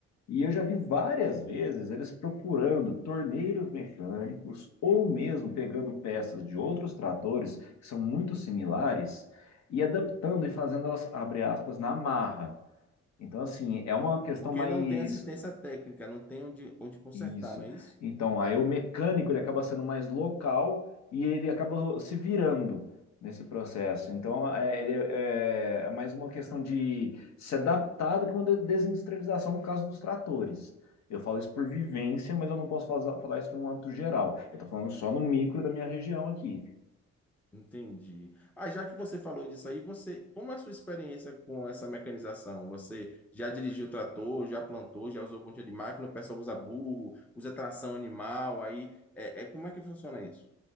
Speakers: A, on the left (about 65°); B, in the centre.
A: E eu já vi várias vezes eles procurando torneiros mecânicos ou mesmo pegando peças de outros tratores que são muito similares e adaptando e fazendo elas, abre aspas, na marra. Então, assim, é uma questão
B: Porque
A: mais.
B: não tem assistência técnica, não tem onde, onde consertar,
A: Isso.
B: não é isso?
A: Então, aí o mecânico ele acaba sendo mais local e ele acaba se virando nesse processo. Então, é, ele é, é mais uma questão de se adaptar do que uma de- desindustrialização no caso dos tratores. Eu falo isso por vivência, mas eu não posso falar, falar isso de um âmbito geral. Eu estou falando só no micro da minha região aqui.
B: Entendi. Ah, já que você falou disso aí, você, como é a sua experiência com essa mecanização? Você já dirigiu trator, já plantou, já usou algum tipo de máquina? O pessoal usa burro, usa tração animal, aí é, é- como é que funciona isso?